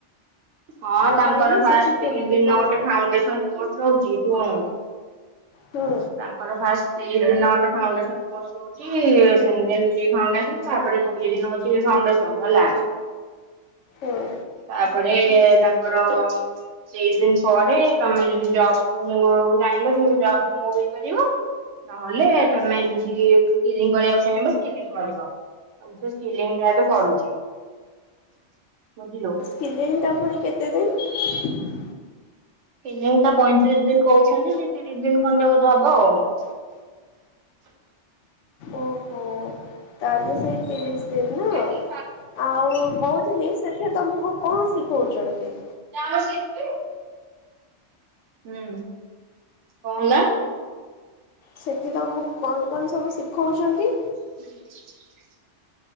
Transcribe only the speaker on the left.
ମୁଁ
କହିଲି
ସେଠି କେମିତି
କଣ
ହଁ
ହଁ
ସ୍କିଲିଙ୍ଗ ଟା ପୁଣି କେତେ ଦିନ?
ଓହୋ ତାଲେ ସେଇ ତିରିଶ୍ ଦିନ ନା
ଆଉ କହୁଥିଲି ସେଠି ତମକୁ କଣ ଶିଖଉଛନ୍ତି?
ସେଠି ତମକୁ କଣ କଣ ସବୁ ଶିଖଉଛନ୍ତି?